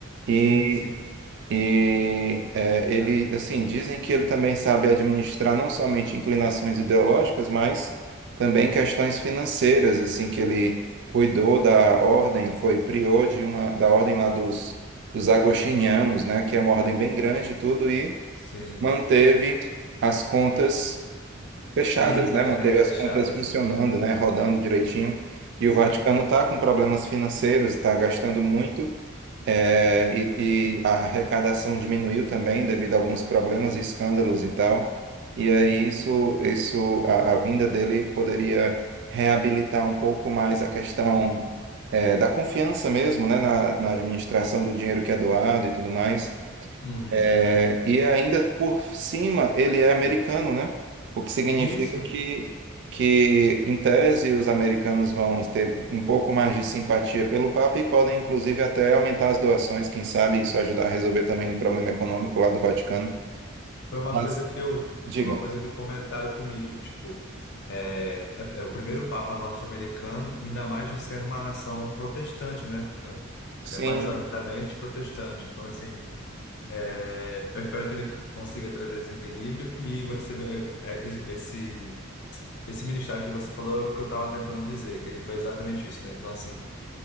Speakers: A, on the right; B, on the left.
A: E
B: Sim, sim,
A: e é, ele, assim, dizem que ele também sabe administrar não somente inclinações ideológicas, mas também questões financeiras, assim, que ele cuidou da ordem, foi prior de uma da ordem lá dos, dos agostinianos, né, que é uma ordem bem grande e tudo, e
B: sim.
A: manteve as contas fechadas,
B: Limpas,
A: né, manteve
B: né? Fechadas,
A: as contas funcionando,
B: sim.
A: né, rodando direitinho. E
B: Sim.
A: o Vaticano está com problemas financeiros, está gastando muito. É, e, e a arrecadação diminuiu também devido a alguns problemas e escândalos e tal. E aí isso, isso a, a vinda dele poderia reabilitar um pouco mais a questão é, da confiança mesmo, né, na, na administração do dinheiro que é doado e tudo mais.
B: Uhum.
A: É, e ainda por cima ele é americano, né? O que significa
B: Isso
A: que, que, em tese, os americanos vão ter um pouco mais de simpatia pelo Papa e podem, inclusive, até aumentar as doações, quem sabe isso ajudar a resolver também um problema econômico lá do Vaticano.
B: foi uma
A: Mas,
B: coisa que eu,
A: diga.
B: foi uma coisa que comentaram comigo, tipo, é, é, é o primeiro Papa norte-americano, ainda mais de sendo uma nação protestante, né?
A: Sim.
B: É majoritariamente protestante. Então, assim, é, eu espero que ele consiga trazer esse equilíbrio e você, é, esse, esse ministério que você falou, é o que eu estava tentando dizer, que ele foi exatamente isso, né? Então, assim